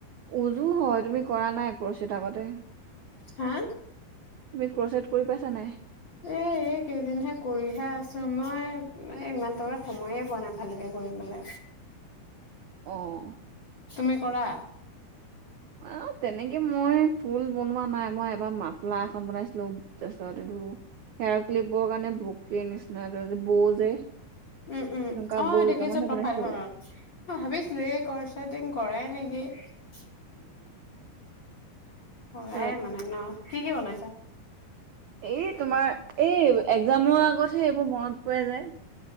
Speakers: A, on the right; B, on the left.
A: উজু হয় তুমি কৰা নাই ক্ৰচেত আগতে তুমি
B: হা
A: ক্ৰচেট কৰি পাইছা নাই?
B: এ এই কেইদিনহে কৰিহে আছো মই এ ইমান দৰে সময়ে পোৱা নাই ভালকে কৰিপেলে হৌ
A: আহঁ
B: তুমি কৰা
A: অ তেনেকে মই ফুল বনোৱা নাই মই এবাৰ মাপলা এখন বনাইছিলো পিছত হেয়াৰ ক্লিপৰ কাৰণে বকে নিচিন বৌ যে
B: উম উম
A: তেনেকুৱা
B: অ
A: বৌ দুটামানহে
B: দেখিছো প্ৰফালখনত
A: বনাইছিলো
B: অ ভাবিছিলো এই কচটিং কৰাই নেকি নেকি অ কৰাই
A: তাৰপিছত
B: মানে ন কি কি বনাইছা
A: এই তোমাৰ এই একজামৰ আগতহে এইবোৰ মনত পৰে যায়